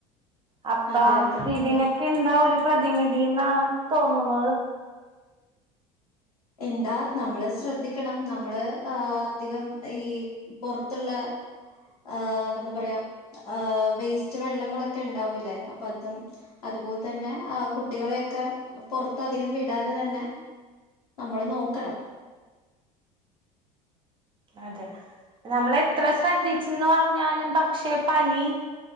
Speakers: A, on the right; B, on the left.
A: അപ്പ
B: അതെ അതെ
A: ഇതിനൊക്കെ
B: വെ
A: എന്താ ഒരു പ്രതിമിതിന്നാണ് തോന്നുന്നത്
B: എന്താ നമ്മള് ശ്രദ്ധിക്കണം നമ്മള് ആ അധികം ഈ പൊറ്ത്ത്ള്ള ആ എന്താ പറയാ ആ വേസ്റ്റ് വെള്ളങ്ങളൊക്കെണ്ടാവൂലേ അപ്പൊ അതും അത്പോലെ തന്നെ ആ കുട്ടികളെയൊക്കെ പൊറ്ത്തധികം വിടാതെ തന്നെ നമ്മള് നോക്കണം.
A: അതെ ന്നമ്മളെ എത്ര ശ്രദ്ധിച്ച്ന്ന് പറഞ്ഞാലും പക്ഷെ പനി